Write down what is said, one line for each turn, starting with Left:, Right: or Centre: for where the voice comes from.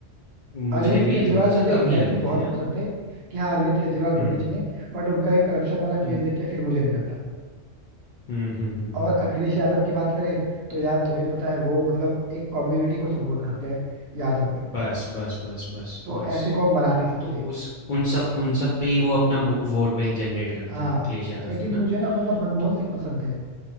Left: मुझे
Right: अरविंद
Left: भी
Right: केजरीवाल
Left: थोड़ा-सा
Right: मुझे
Left: कम
Right: एग्जैक्टली
Left: ही लगते
Right: exactly बहुत
Left: हैं वो।
Right: पसंद थे कि हाँ अरविंद केजरीवाल
Left: हुँ,
Right: बनने चाहिए बट उनका एक करप्शन वाला
Left: हुँ,
Right: केस देख के फिर मुझे नहीं लगता
Left: हुँ, हुँ, हुँ,
Right: और
Left: हुँ,
Right: अखिलेश
Left: हुँ।
Right: यादव की बात करें तो यार तुम्हें पता है वो मतलब एक कम्युनिटी को सपोर्ट करते हैं यादव
Left: बस, बस, बस, बस,
Right: तो
Left: बस।
Right: ऐसे को हम बना नहीं सकते
Left: तो उस उन सब उन सब पे ही वो अपना बो वोट बैंक जनरेट करता
Right: हाँ
Left: है, अखिलेश यादव
Right: लेकिन
Left: तो
Right: मुझे
Left: ना।
Right: ना मतलब मनमोहन
Left: तो
Right: सिंह पसंद थे